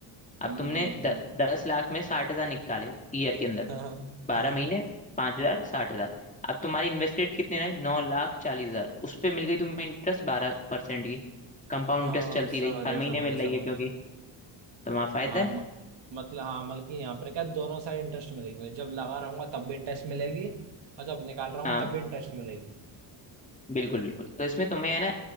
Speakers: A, on the left; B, on the right.
A: अब
B: हम्म,
A: तुमने द, दस लाख में साठ हजार निकाले ईयर के अंदर
B: हम्म, हम्म,
A: बारह
B: हाँ हाँ हाँ
A: महीने पांच हजार साठ हजार अब तुम्हारे इन्वेस्टेड कितने रहे नौ लाख चालीस हजार उस पे मिल गई तुम्हें इंटरेस्ट बारह परसेंट की कंपाउंड
B: हाँ
A: इंटरेस्ट चलती
B: समझ
A: रही हर
B: गया
A: महीने
B: समझ गया
A: मिल
B: समझ
A: रही है क्योंकि
B: गया
A: तुम्हारा फायदा
B: हाँ
A: है
B: म, मतलब हाँ मतलब कि यहाँ पर क्या दोनों साइड इंटरेस्ट मिलेगी मैं जब लगा रहूंगा तब भी इंटरेस्ट मिलेगी और जब निकाल रहा हूँ
A: हाँ
B: तब भी इंटरेस्ट मिलेगी
A: बिल्कुल बिल्कुल तो इसमें तुम्हें है ना